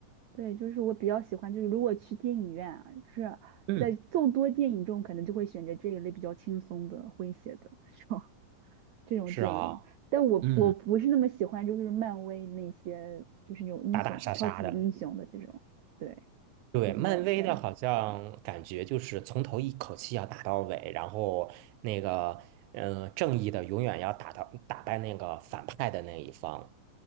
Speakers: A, on the right; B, on the right.
A: 对，就是我比较喜欢，就是如果去电影院啊，就是在众多电影中，
B: 嗯，
A: 可能就会选择这一类比较轻松的、诙谐的这种 <laughs> 这种电影。
B: 是啊，
A: 但我我不是那么喜欢，
B: 嗯，
A: 就是漫威那些，就是那种英雄、
B: 打打杀杀的，
A: 超级英雄的这种，对，
B: 对，
A: 就怎么感，
B: 漫威的好像感觉就是从头一口气要打到尾，然后那个嗯、呃正义的永远要打到打败那个反派的那一方。